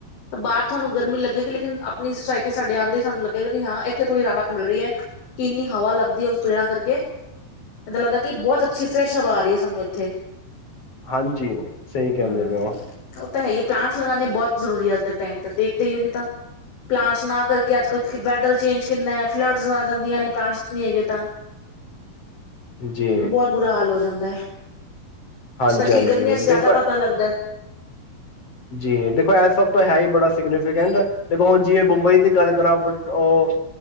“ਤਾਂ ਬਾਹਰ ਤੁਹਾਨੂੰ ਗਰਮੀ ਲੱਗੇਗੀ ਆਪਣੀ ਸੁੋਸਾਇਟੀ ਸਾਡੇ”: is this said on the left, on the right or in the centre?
Left